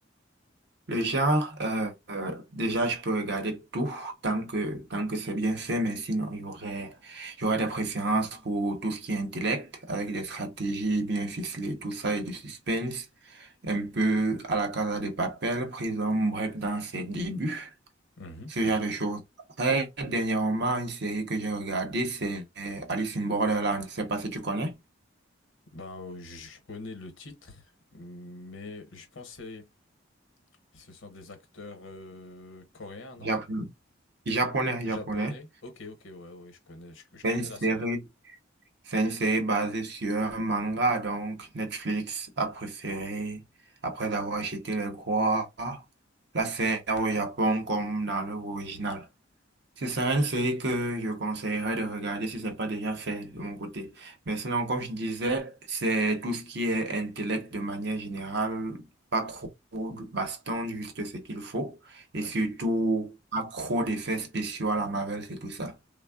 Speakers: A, on the right; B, on the left.
A: Le genre, euh, euh, déjà, je peux regarder tout tant que, tant que c'est bien fait, mais sinon, il y aurait, il y aurait des préférences pour tout ce qui est intellect, avec des stratégies bien ficelées, tout ça, et du suspense, un peu à la Casa de Papel, Prison Break dans ses débuts,
B: Mhm,
A: ce
B: mhm.
A: genre de choses. Après, dernièrement, une série que j'ai regardée, c'est Alice in Borderland. Je sais pas si tu connais.
B: Bah, euh, je connais le titre, mais je pensais ce sont des acteurs euh, coréens, non?
A: Japonais, japonais,
B: Ou
A: japonais.
B: japonais? Ok, ok, ouais, ouais, je connais, je, je
A: C'est
B: connais
A: une série
B: la série.
A: C'est une série basée sur un manga, donc Netflix a préféré, après avoir acheté les droits, la faire au Japon comme dans l'œuvre originale. Ce serait une série que je conseillerais de regarder si ce n'est pas déjà fait de mon côté. Mais sinon, comme je disais, c'est tout ce qui est intellect de manière générale, pas trop de baston, juste ce qu'il faut, et
B: Ouais.
A: surtout accro d'effets spéciaux à la Marvel, c'est tout ça.